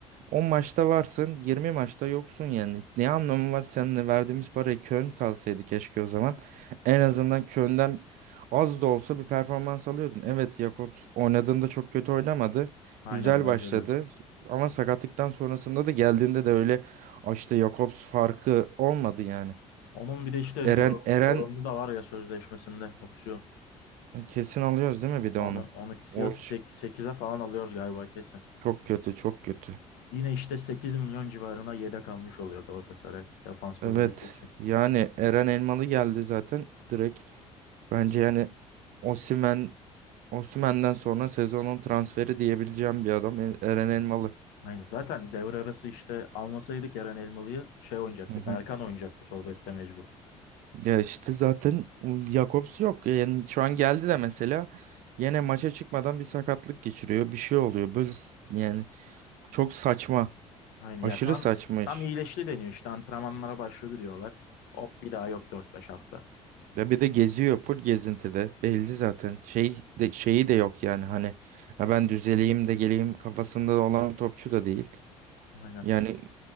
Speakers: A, on the right; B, on the left.
A: on maçta varsın, 20 maçta yoksun yani. Ne anlamı var seninle verdiğimiz paraya Köln kalsaydı keşke o zaman. En azından Köln'den az da olsa bir performans alıyordun. Evet, Jakobs oynadığında çok kötü oynamadı.
B: Aynen
A: Güzel
B: bence
A: başladı.
B: de.
A: Ama sakatlıktan sonrasında da geldiğinde de öyle "Ah, işte Jakobs farkı olmadı yani.
B: Onun bir de işte
A: Eren
B: zor,
A: Eren
B: zorunlu da var ya sözleşmesinde opsiyon.
A: kesin alıyoruz değil mi bir de
B: Onu
A: onu?
B: onu
A: O
B: ya sekize
A: iş
B: falan alıyoruz galiba kesin.
A: Çok kötü, çok kötü.
B: Yine işte 8 milyon civarına yedek almış oluyor Galatasaray defans
A: Evet,
B: bölgesi için.
A: yani Eren Elmalı geldi zaten direkt. Bence yani Osimhen, Osimhen'den sonra sezonun transferi diyebileceğim bir adam E- Eren Elmalı.
B: Aynen zaten devre arası işte almasaydık Eren Elmalı'yı şey oynayacaktı.
A: Hı hı.
B: Berkan oynayacaktı sol bekte mecbur.
A: Ya işte zaten Jakobs yok. Yani şu an geldi de mesela yine maça çıkmadan bir sakatlık geçiriyor. Bir şey oluyor. Böyle s- yani çok saçma.
B: Aynen
A: Aşırı
B: ya tam
A: saçma iş.
B: tam iyileşti deniyor İşte antrenmanlara başladı diyorlar. Hop bir daha yok dört beş hafta.
A: Ya bir de geziyor full gezintide. Belli zaten. Şey de şeyi de yok yani hani "Ha ben düzeleyim de geleyim kafasında olan bir topçu da değil.
B: Aynen.
A: Yani